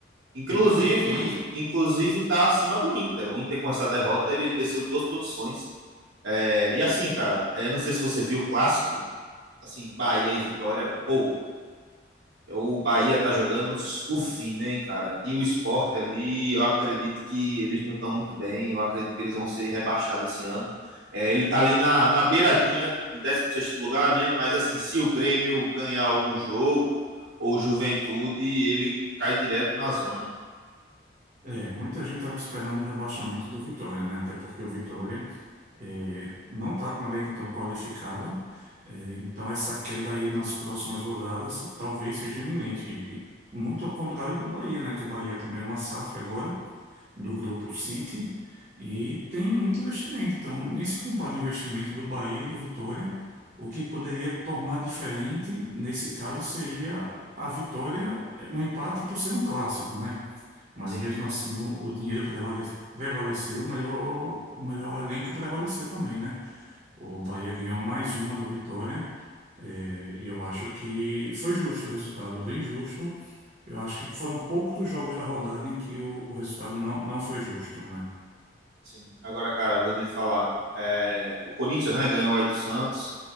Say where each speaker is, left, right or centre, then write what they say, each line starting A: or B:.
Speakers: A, on the right; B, on the right.
A: Inclusive,
B: Demais, demais.
A: inclusive tá acima do Inter. O Inter com essa derrota, ele desceu duas posições. É, e assim, cara, é, não sei se você viu o clássico, assim, Bahia e Vitória. Pô, O Bahia tá jogando o fim, né, hein, cara? E o Sport ali, eu acredito que eles não estão muito bem, eu acredito que eles vão ser rebaixados esse ano. É, ele tá ali na, na beiradinha, em décimo sexto lugar, né? Mas assim, se o Grêmio ganhar algum jogo, ou Juventude, ele cai direto na zona.
B: É, muita gente estava esperando o rebaixamento do Vitória, né? Até porque o Vitória é, não está com um elenco tão qualificado. É, então, essa queda aí nas próximas rodadas talvez seja iminente. E Muito ao contrário do Bahia, né? Que o Bahia também é uma SAF agora do grupo City e tem muito investimento. Então, nem se compara o investimento do Bahia e do Vitória. O que poderia tornar diferente, nesse caso, seria a vitória, um empate por ser um clássico, né? Mas
A: Sim,
B: mesmo assim, o, o dinheiro prevale- prevaleceu, o melhor, o melhor elenco prevaleceu também, né? O Bahia
A: sim,
B: ganhou mais uma do Vitória é, e eu acho que foi justo o resultado, bem justo. Eu acho que foram poucos os jogos da rodada em que o, o resultado não, não foi justo, né?
A: sim. Agora, cara, vou lhe falar, é, o Corinthians, né, ganhou aí do Santos.